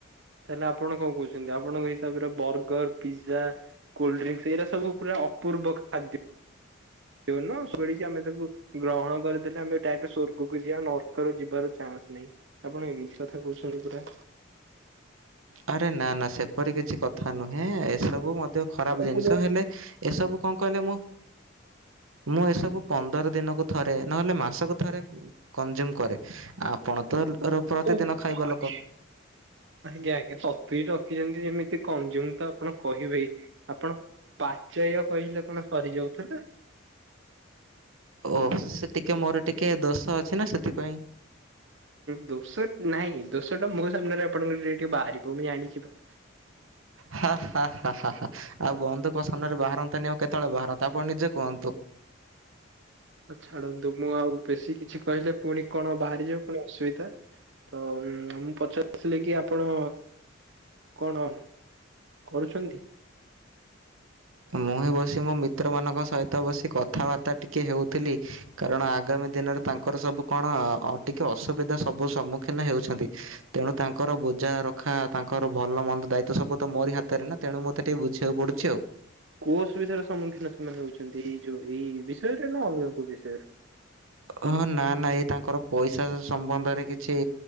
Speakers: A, on the right (about 60°); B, on the right (about 80°).
A: ତାହେଲେ ଆପଣ କଣ କହୁଛନ୍ତି? ଆପଣଙ୍କ ହିସାବରେ ବର୍ଗର, ପିଜା କୋଲ୍ଡ୍ରିଙ୍କ ଏଇା ସବୁ ପୁରା ଅପୂର୍ବ ଖାଦ୍ୟ। ଦେଉନ ଶୁଡୁଛି ଆମେ ତାକୁ ଗ୍ରହଣ କରିଦେଲେ ଆମେ ଡାଇରେକ୍ଟ ସ୍ବର୍ଗକୁ ଯିବା ନର୍କରେ ଯିବାର ଚାନ୍ସ ନାହିଁ। ଆପଣ ଏମିତି କଥା କହୁଛନ୍ତି ପୁରା?
B: ଆରେ ନା ନା ସେପରି କିଛି କଥା ନୁହେଁ ଏସବୁ ମଧ୍ୟ ଖରାପ
A: ଆଜ୍ଞା
B: ଜିନିଷ ହେଲେ ଏସବୁ କଣ କହିଲେ ମୁଁ? ମୁଁ ଏସବୁ ପନ୍ଦର ଦିନକୁ ଥରେ ନହେଲେ ମାସକୁ ଥରେ କାଜ୍ଜୁମୁ କରେ। ଆପଣ ତ ର ପ୍ରତିଦିନ
A: ଓହ <unintelligible>
B: ଖାଇବା ଲୋକ
A: ଆଜ୍ଞା ଆଜ୍ଞା, ସତୁଇ ରଖିଛନ୍ତି ଯେମିତି କଂଜୁମ ତ ଆପଣ କହିବେ। ଆପଣ ପାଚୟ୍ୟ କହିଲେ କଣ ସରିଯାଉଥିଲେ?
B: ଓହୋ ସେ ଟିକେ ମୋର ଟିକେ ଦୋଷ ଅଛି ନା ସେଥିପାଇଁ।
A: ଦୋଷ ନାଇଁ କି ଦୋଶ ଟା ମୋ ସାମ୍ନାରେ ଆପଣଙ୍କର ଟିକ ଟିକେ ବାହାରିବ ମୁଁ ଜାଣିଛିିବା।
B: ହାଁ ହାଁ ହାଁ ହାଁ ହାଁ। ଆଉ ବନ୍ଧୁ ଙ୍କ ସମ୍ନାରେ ବାହାରନ୍ତାନି ଆଉ କେତେବେଳେ ବାହାରନ୍ତା ଆପଣ ନିଜେ କୁହନ୍ତୁ?
A: ଛାଡ଼ନ୍ତୁ ମୁଁ ଆଉ ବେଶୀ କିଛି କହିଲେ ପୁଣି କଣ ବାହାରିଯିବ ପୁଣି ଅସୁବିଧା। ତ ମୁଁ ପଚାରିଥିଲି କି ଆପଣ କଣ କରୁଛନ୍ତି?
B: ମୁଁ ହିଁ ବସି ମୋ ମିତ୍ରମାନଙ୍କ ସହିତ ବସି କଥାବାର୍ତ୍ତା ଟିକେ ହେଉଥିଲି। କାରଣ ଆଗାମୀ ଦିନରେ ତାଙ୍କର ସବୁ କଣ ଟିକେ ଅସୁବିଧା ସବୁ ସମ୍ମୁଖୀନ ହେଉଛନ୍ତି? ତେଣୁ ତାଙ୍କର ବୁଝା ରଖା ତାଙ୍କର ଭଲ ମନ୍ଦ ଦାୟିତ୍ୱ ସବୁ ତ ମୋରି ହାତରେ ନା। ତେଣୁ ମତେ ଟିକେ ବୁଝିବାକୁ ପଡୁଛି ଆଉ।
A: କୋଉ ଅସୁବିଧାର ସମ୍ମୁଖୀନ ସେମାନେ ହଉଛନ୍ତି ଏଇ ଯୋଉ ଏଇ ବିଷୟରେ ନା ଅଲଗା କୋଉ ବିଷୟରେ।
B: ହ ନା ନା ଏଇ ତାଙ୍କର ପଇସା ସମ୍ବନ୍ଧରେ କିଛି